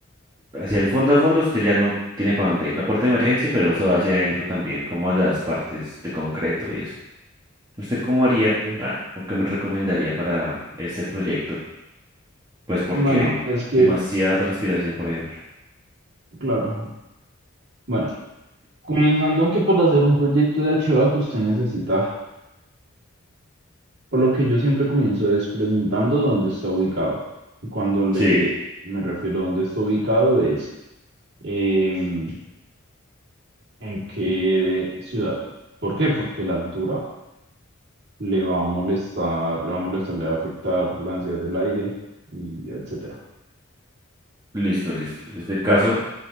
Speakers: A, on the right; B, on the right.
A: hacia el fondo a fondo usted ya no tiene para dónde ir. La puerta de emergencia, pero eso va hacia adentro también, como a las partes de concreto y eso. ¿Usted cómo haría,
B: sí.
A: ah, o qué me recomendaría para este proyecto? Pues porque
B: Bueno,
A: hay
B: es que,
A: demasiada transpiración, por ejemplo.
B: claro. Bueno. Comenzando aunque por hacer un proyecto de archivo que usted necesita, por lo que yo siempre comienzo es preguntando dónde está ubicado. Y cuando le
A: Sí,
B: me refiero a dónde está ubicado es em, en qué ciudad. ¿Por qué? Porque la altura le va a molestar, le va a molestar, le va a afectar la ansiedad del aire y etcétera.
A: listo, listo. Este caso